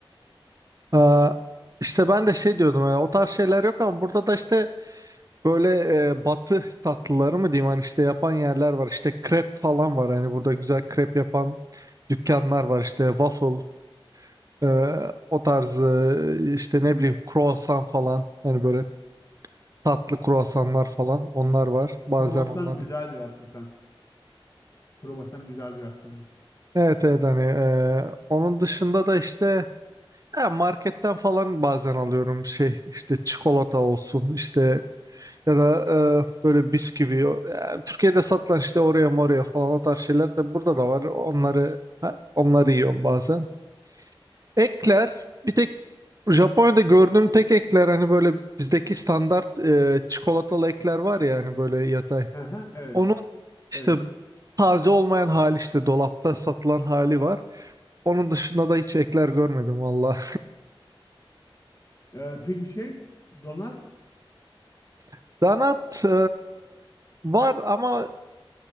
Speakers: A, on the right; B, on the left.
A: Aa, işte ben de şey diyordum yani, o tarz şeyler yok ama burada da işte böyle e, batı tatlıları mı diyeyim hani işte yapan yerler var işte krep falan var hani burada güzel krep yapan dükkanlar var işte waffle e, o tarzı işte ne bileyim croissant falan hani böyle tatlı croissanlar falan onlar var bazen
B: Kruvasan
A: onlar
B: güzeldir
A: da.
B: hakikaten. Kruvasan güzeldir hakikaten.
A: Evet evet hani e, onun dışında da işte ya marketten falan bazen alıyorum şey işte çikolata olsun işte Ya da e, böyle bisküvi. o- yani Türkiye'de satılan işte oraya moraya falan o tarz şeyler de burada da var. Onları ha, onları yiyorum bazen. Ekler bir tek Japonya'da gördüğüm tek ekler hani böyle bizdeki standart e, çikolatalı ekler var ya hani böyle yatay.
B: Hı hı, evet,
A: Onun işte
B: evet.
A: taze olmayan hali işte dolapta satılan hali var. Onun dışında da hiç ekler görmedim valla.
B: Ee, peki şey, donat?
A: <laughs> Donut e, var ama